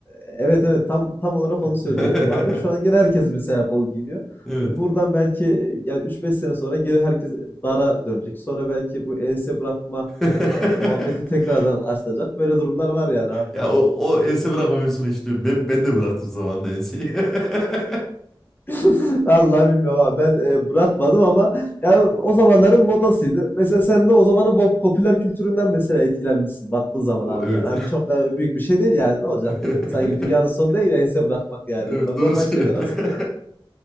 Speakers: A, on the left; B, in the centre.
A: evet evet tam tam olarak
B: <laughs>
A: onu söyleyecektim abi. Şu an gene herkes mesela bol giyiniyor.
B: Evet.
A: Buradan belki e, yani üç beş sene sonra geri herkes dara dönecek. Sonra belki bu ense bırakma
B: <laughs>
A: e, muhabbeti tekrardan açılacak. Böyle durumlar var yani abi.
B: Ya o, o ense bırakma mevzusunu hiç diyorum. Ben, ben de bıraktım zamanında enseyi. <laughs>
A: <laughs> Allah bilmiyorum abi. Ben e, bırakmadım ama ya o zamanların modasıydı. Mesela sen de o zamanın bo- popüler kültüründen mesela etkilenmişsin baktığın zaman
B: O,
A: abi
B: evet.
A: yani. Hani çok da büyük bir şey değil yani ne olacak?
B: <laughs>
A: Sanki dünyanın sonu değil ya ense bırakmak yani.
B: Evet
A: Bunlar
B: doğru
A: normal
B: söylüyorsun.
A: şeyler aslında.
B: <laughs>